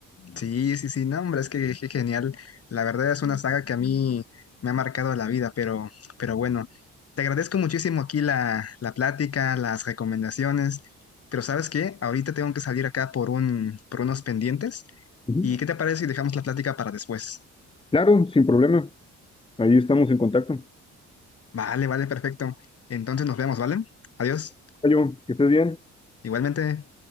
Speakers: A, on the left; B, on the left.
A: Sí, sí, sí, no, hombre, es que, que genial. La verdad es una saga que a mí me ha marcado la vida, pero, pero bueno, te agradezco muchísimo aquí la, la plática, las recomendaciones, pero ¿sabes qué? Ahorita tengo que salir acá por un, por unos pendientes.
B: Ujú.
A: ¿Y qué te parece si dejamos la plática para después?
B: Claro, sin problema. Ahí estamos en contacto.
A: Vale, vale, perfecto. Entonces nos vemos, ¿vale? Adiós.
B: Oye, que estés bien.
A: Igualmente.